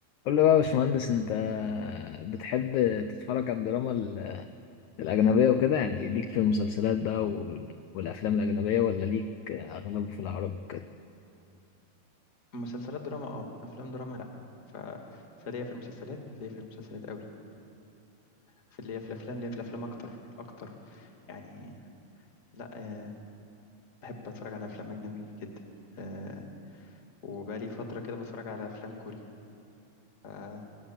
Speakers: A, on the left; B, on the left.
A: قول لي بقى يا باشمهندس انت بتحب تتفرج على الدراما ال- الأجنبية وكده يعني ليك في المسلسلات بقى وال- والأفلام الأجنبية ولا ليك أغلبه في العرب وكده
B: مسلسلات دراما اه افلام دراما لا ف... فليا في المسلسلات ليا في المسلسلات قوي في ليا في الافلام ليا في الافلام اكتر اكتر يعني لا آه بحب اتفرج على افلام اجنبي جدا آه وبقالي فتره كده بتفرج على افلام كوري ف...